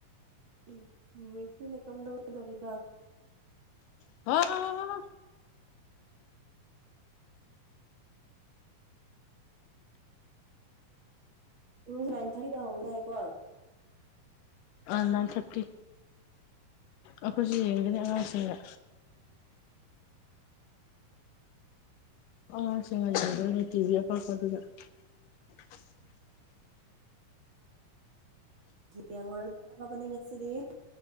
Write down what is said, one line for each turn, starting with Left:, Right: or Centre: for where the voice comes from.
Right: ꯎꯝ ꯎꯝ ꯃꯦꯁꯤꯅ ꯀꯝꯗꯧꯗꯣꯔꯤꯕ
Left: <unintelligible>
Right: ꯎꯝ ꯅꯥꯏꯟ ꯊꯥꯔꯇꯤꯗ ꯍꯧꯕꯅꯦꯀꯣ
Left: ꯑꯥ ꯅꯥꯏꯟ ꯊꯥꯔꯇꯤ ꯑꯈꯣꯏꯁꯨ
Right: ꯌꯦꯡꯉꯨꯔ
Left: ꯌꯦꯡꯒꯅꯤ ꯑꯉꯥꯡꯁꯤꯡꯒ ꯑꯉꯥꯡꯁꯤꯡꯒ ꯌꯦꯡꯗꯣꯏꯅꯦ ꯇꯤ ꯚꯤ ꯑꯄꯥꯛꯄꯗꯨꯗ <unintelligible>
Right: ꯌꯦꯡꯉꯨꯔꯗꯕꯅꯦ ꯉꯁꯤꯗꯤ